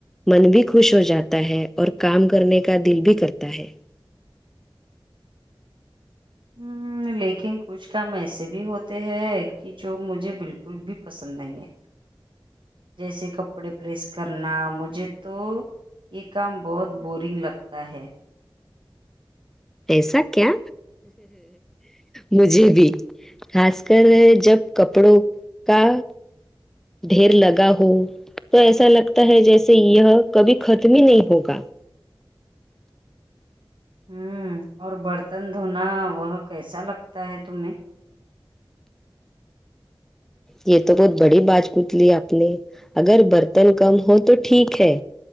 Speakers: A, in the centre; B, on the right.
A: من بھی خوش ہو جاتا ہے اور کام کرنے کا دل بھی کرتا ہے
B: ہمم لیکن کچھ کام ایسے بھی ہوتے ہیں کہ جو مجھے بالکل بھی پسند نہیں ہے جیسے کپڑے پریس کرنا مجھے تو یہ کام بہت بورنگ لگتا ہے
A: ایسا کیا مجھے بھی خاص کر جب کپڑوں کا ڈھیر لگا ہو تو ایسا لگتا ہے جیسے یہ کبھی ختم ہی نہیں ہوگا
B: ہم اور برتن دھونا وہ کیسا لگتا ہے تمہیں
A: یہ تو بہت بڑی بات پوچھلی آپ نے اگر برتن کم ہو تو ٹھیک ہے